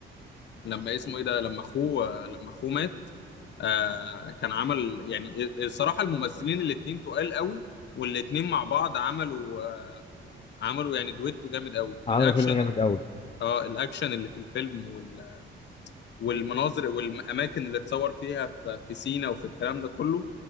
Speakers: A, on the left (about 60°); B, on the left (about 30°).
A: لما اسمه إيه ده لما أخوه لما أخوه مات آه كان عمل يعني الصراحة الممثلين الاتنين تقال قوي والاتنين مع بعض عملوا آه عملوا يعني دويتو جامد قوي
B: عملوا
A: الأكشن
B: فيلم جامد قوي
A: اه الأكشن اللي في الفيلم وال والمناظر والأماكن اللي اتصور فيها في, في سينا وفي الكلام ده كله